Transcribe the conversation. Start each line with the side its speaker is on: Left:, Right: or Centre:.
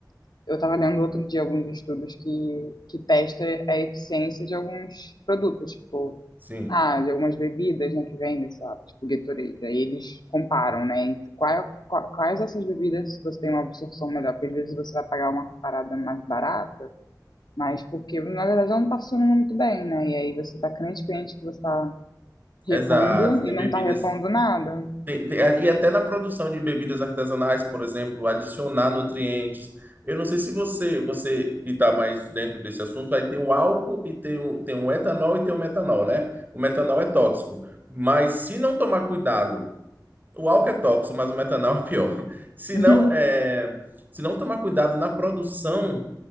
Left: Eu estava lendo outro dia alguns estudos que, que testa a eficiência de alguns produtos, tipo,
Right: Sim,
Left: ah, de algumas bebidas, né, que vendem, sei lá, tipo Gatorade. Aí eles comparam, né, entre qual, é, qual- quais dessas bebidas você tem uma absorção melhor, porque às vezes você vai pagar uma parada mais barata, mas porque, na verdade, ela não está funcionando muito bem, né? E aí você está crente, crente que você está repondo
Right: exato. Tem
Left: e não
Right: bebidas.
Left: está repondo nada.
Right: tem- tem- é, e até na produção de bebidas artesanais, por exemplo, adicionar nutrientes. Eu não sei se você, você que está mais dentro desse assunto, aí tem o álcool e tem o, tem o etanol e tem o metanol, né? O metanol é tóxico. Mas se não tomar cuidado O álcool é tóxico, mas o metanol é pior. <laughs> Se
Left: Uhum.
Right: não, é, se não tomar cuidado na produção,